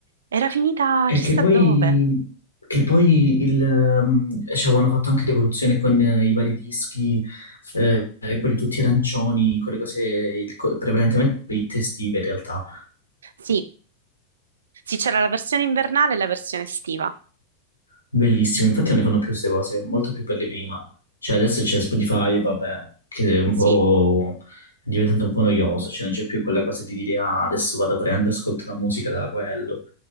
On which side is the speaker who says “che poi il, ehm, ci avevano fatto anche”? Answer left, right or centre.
Left